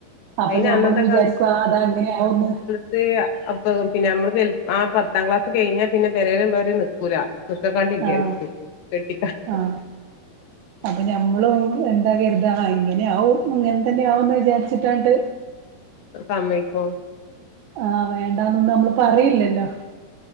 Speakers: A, on the right; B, on the left.
A: അപ്പൊ
B: അയിന്
A: ഞമ്മളും
B: അന്നത്തെ
A: വിചാരിക്കും അ അതാ അങ്ങനെയാവുന്ന്
B: അതെ അപ്പ പിന്നെ അമ്മള് വെൽ ആ പത്താം ക്ലാസ് കയിഞ്ഞ പിന്നെ പെരേലുള്ളവര് നിക്കൂല. നിക്കകള്ളിയില്ല
A: ആഹ്
B: ഓര്ക്ക് കെട്ടിക്കാൻ
A: ആഹ് അപ്പൊ ഞമ്മള് എന്ത കര്താ ആ ഇങ്ങനെ ആവും ഇങ്ങൻതന്നെ ആവുംന്ന് വിചാരിച്ചിട്ടാണ്ട്
B: സമ്മയ്ക്കും.
A: ആഹ് വേണ്ടാന്നൊന്നും അമ്മള് പറില്ലല്ലോ.